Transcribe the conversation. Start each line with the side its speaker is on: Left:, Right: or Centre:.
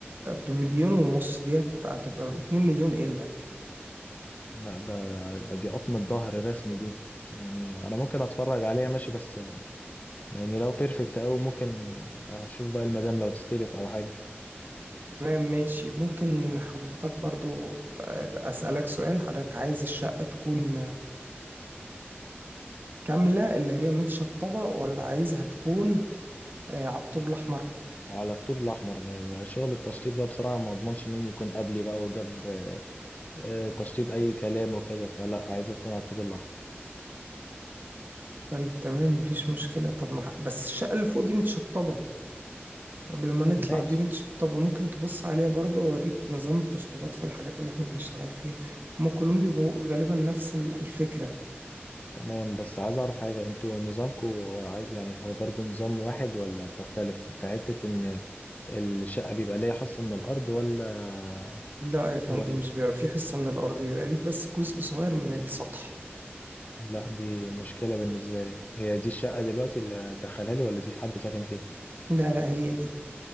Right: بمليون ونص دي هت- هتبقى اتنين مليون الا
Left: لا ده دي قطمة ظهر رسمي دي يعني انا ممكن اتفرج عليها ماشي بس آه، يعني لو بيرفكت قوي ممكن اشوف بقى المدام لو تستلف او حاجة
Right: تمام ماشي ممكن حضرتك برضو ت- اسألك سؤال حضرتك عايز الشقة تكون كاملة اللي هي متشطبة ولا عايزها تكون آه، على الطوب الأحمر
Left: وعلى الطوب الاحمر ما- شغل التشطيب ده بصراحة ما اضمنش مين يكون قبلي بقى وجاب آه، آه، تشطيب اي كلام وكده فلا عايزة تكون على الطوب الاحمر
Right: طيب تمام مفيش مشكلة طب ما ح- بس الشقة اللي فوق دي متشطبة قبل ما نطلع
Left: ماشي
Right: دي متشطبة ممكن تبص عليها برضه وأوريك نظام التشطيبات في الحاجات اللي احنا بنشتغل فيها هما كلهم بيبقوا غالبا نفس ال- الفكرة
Left: تمام بس عايز اعرف حاجة انتوا نظامكم هو عاي- يعني هو برضو نظام واحد ولا بتختلف في حتة ان الشقة بيبقى ليا حصة من الارض ولا
Right: لا يا فندم
Left: ولا
Right: مش بيبقى في حصة من الأرض بيبقى ليك بس جزء صغير من السطح
Left: لا دي مشكلة بالنسبة لي هي دي الشقة دلوقتي اللي دخلها لي ولا دي حد ساكن فيها
Right: لا لا هي دي